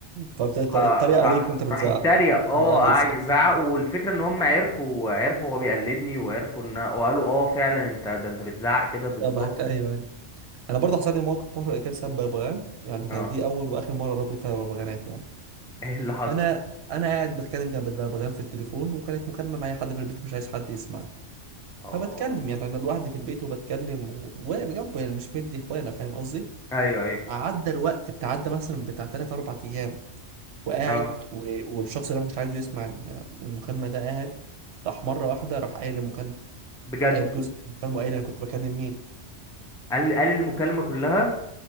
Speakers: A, on the right (about 65°); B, in the centre.
A: فبتتريق
B: فراح
A: عليك وانت بتزعق
B: راح اتريق اه
A: او قلت
B: قعد
A: صوت
B: يزعق
A: مم.
B: والفكره ان هم عرفوا عرفوا هو بيقلدني وعرفوا ان أنا- وقالوا اه فعلا انت ده انت بتزعق كده بالظبط
A: شبهك ايوه أيوة. انا برضه حصل لي موقف محرج كده بسبب بغبغان يعني كانت
B: اه
A: دي اول واخر مره اربي فيها بغبغانات يعني
B: ايه اللي حصل
A: انا انا قاعد بتكلم جنب البغبغان في التليفون وكانت مكالمه معايا حد في البيت مش عايز حد يسمع
B: اه
A: فبتكلم يعني انا لوحدي في البيت وبتكلم و- وواقف جنبه يعني مش مدي اخوانا فاهم قصدي
B: ايوه ايوه
A: عدى الوقت بتعدى مثلا بتاع 3 4 ايام وقاعد
B: آه.
A: و... والشخص اللي انا ما كنتش عايزه يسمع ال- المكالمه ده قاعد راح مره واحده راح قايل المكالمه
B: بجد
A: قايل جزء من المكالمه وقايل انا كنت بكلم مين
B: قال قال المكالمة كلها